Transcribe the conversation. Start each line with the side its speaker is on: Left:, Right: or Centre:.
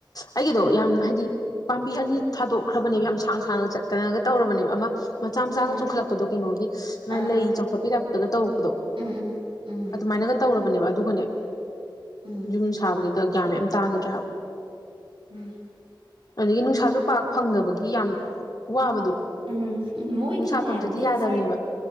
Left: ꯑꯩꯒꯤꯗꯣ ꯌꯥꯝ ꯍꯥꯏꯗꯤ ꯄꯥꯝꯕꯤ ꯑꯅꯤ ꯊꯥꯗꯣꯛꯈ꯭ꯔꯕꯅꯦꯕ ꯌꯥꯝ ꯁꯥꯡ ꯁꯥꯡꯅ ꯆꯠꯇꯅꯒ ꯇꯧꯔꯕꯅꯦꯕ ꯑꯃ ꯃꯆꯥ ꯃꯆꯥꯒ
Right: ꯑꯥ
Left: ꯆꯣꯡꯈꯠꯂꯛꯄꯗꯣ ꯀꯩꯅꯣꯒꯤ ꯑꯃꯥ
Right: ꯑꯥ
Left: ꯂꯩ
Right: ꯑꯥ
Left: ꯆꯣꯡꯈꯠꯄꯩ ꯒ ꯇꯧꯔꯛꯄꯗꯣ
Right: ꯎꯝ ꯎꯝ ꯎꯝ
Left: ꯑꯗꯨꯃꯥꯏꯅꯒ ꯇꯧꯔꯕꯅꯦꯕ ꯑꯗꯨꯒꯅꯦ
Right: ꯎꯝ
Left: ꯌꯨꯝ ꯁꯥꯕꯒꯤꯗ ꯒ꯭ꯌꯥꯟ ꯑꯝ ꯇꯥꯒꯤꯗ꯭ꯔꯦꯕ
Right: ꯎꯝ
Left: ꯑꯗꯥꯒꯤ ꯅꯨꯡꯁꯥꯁꯨ ꯄꯥꯛ ꯐꯪꯗꯕꯒꯤ ꯌꯥꯝ ꯋꯥꯕꯗꯣ
Right: ꯎꯝ ꯎꯝ ꯃꯣꯏꯗꯤꯅꯦ
Left: ꯅꯨꯡꯁꯥ ꯐꯪꯗ꯭ꯔꯗꯤ
Right: ꯗꯦꯖ꯭ꯔ꯭ꯠ
Left: ꯌꯥꯗꯕꯅꯦꯕ